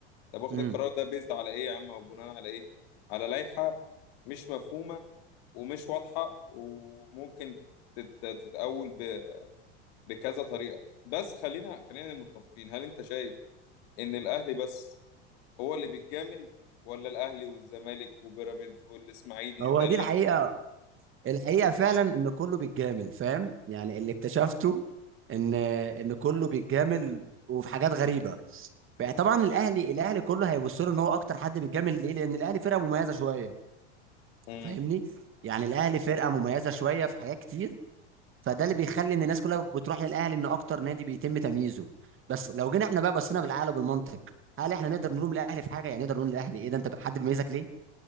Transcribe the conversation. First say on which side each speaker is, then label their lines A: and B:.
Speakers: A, on the left (about 65°); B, on the right (about 35°).
A: طب واخد
B: امم
A: القرار ده بيزد على ايه يا عم او بناء على ايه على لائحه مش مفهومه ومش واضحة وممكن تت- تتأول ب- بكذا طريقة بس خلينا خلينا متفقين هل انت شايف ان الاهلي بس هو اللي بيتجامل ولا الاهلي والزمالك وبيراميدز والاسماعيلي
B: هو
A: زي
B: دي
A: اللي
B: الحقيقه الحقيقه فعلا ان كله بيتجامل فاهم يعني اللي اكتشفته ان ان كله بيتجامل وفي حاجات غريبه بقى طبعا الاهلي الاهلي كله هيبص له ان هو اكتر حد بيتجامل ليه لان الاهلي فرقه مميزه شويه
A: مم.
B: فاهمني يعني الاهلي فرقه مميزه شويه في حاجات كتير فده اللي بيخلي ان الناس كلها بتروح للاهلي ان اكتر نادي بيتم تمييزه بس لو جينا احنا بقى بصينا بالعقل وبالمنطق هل احنا نقدر نلوم الاهلي في حاجه يعني نقدر نقول الاهلي ايه ده انت حد بيميزك ليه